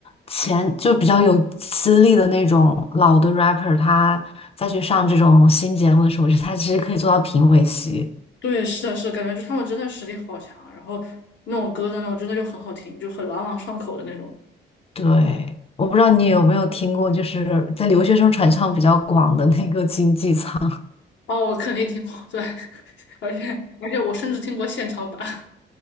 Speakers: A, on the left; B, on the left.
A: 前就比较有资历的那种老的 rapper，他再去上这种新节目的时候，我觉得他其实可以做到评委席。
B: 对，是的，是的，感觉就他们真的实力好强，然后那种歌的那种真的就很好听，就很朗朗上口的那种。
A: 对，我不知道你有没有听过，就是在留学生传唱比较广的那个经济舱。
B: 哦，我肯定听过，对，<laughs> 而且而且我甚至听过现场版。